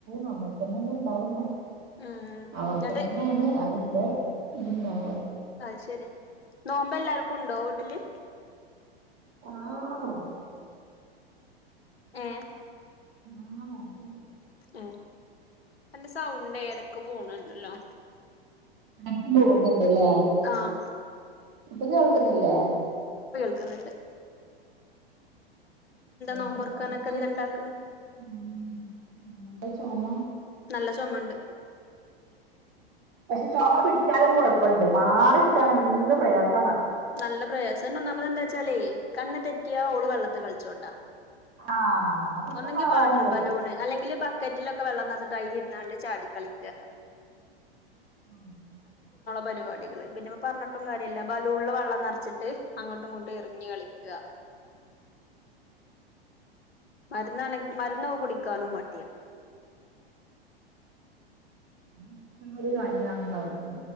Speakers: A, on the right; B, on the left.
A: നമ്മക്കെന്നെ ഉണ്ടാവുള്ളു
B: ഉം
A: അവർക്കന്നെയാണ്
B: എന്നിട്ട്
A: അതിന്റെ ഇത്ണ്ടാവാ
B: അത്ശെരിയാ നോമ്പ് എല്ലാർക്കും ഉണ്ടോ വീട്ടില്
A: ആഹ് നോ
B: ഏഹ്
A: ആഹ് നോക്ക്ണ്ട്
B: എ അന്റെ സൗണ്ട് എടക്ക് പോണുണ്ടല്ലോ
A: ഇടക്ക് പോന്നണ്ട്ല്ലേ
B: ആഹ്
A: ഇപ്പൊ കേൾക്കുന്നില്ലേ
B: കേക്ക്ന്നുണ്ട്
A: മോളെ
B: നോമ്പൊറക്കാനൊക്കെ
A: ചൊമ കേട്ട്ട്ട്
B: എന്താ ഇണ്ടാക്കണ്
A: ഉം മോളെ ചൊമ
B: നല്ല ചൊമണ്ട്
A: പക്ഷെ ചുമ പിടിച്ചാലൊരു കുഴപ്പണ്ട് മാറി കിട്ടാൻ എന്ത് പ്രയാസ
B: നല്ല പ്രയാസം ഒന്നാമ്മത് എന്താ വെച്ചാലേ കണ്ണ് തെറ്റിയാ ഓള് വെള്ളത്തി കളിച്ചോണ്ടാ
A: ആഹ് എന്നാ പിന്നെ
B: ഒന്നെങ്കി
A: മാറാനും
B: വാട്ടർ
A: പറ്റും
B: ബലൂണ് അല്ലെങ്കിൽ ബക്കറ്റിലൊക്കെ വെള്ളം നറച്ചിട്ട് അതിൽ ഇരുന്നാണ്ട് ചാടി കളിക്കാ
A: ഉം <inaudible>
B: പരിപാടികള് പിന്നെ പറഞ്ഞിട്ടും കാര്യമില്ല ബലൂണില് വെള്ളം നെറച്ചിട്ട് അങ്ങോട്ടും ഇങ്ങോട്ടും എറിഞ്ഞ് കളിക്കാ മരുന്നാണെ മരുന്നൊക്കെ കുടിക്കാനും മടിയാ
A: എന്തെങ്കിലും ഒരു കാര്യമാണല്ലോ അവർക്ക്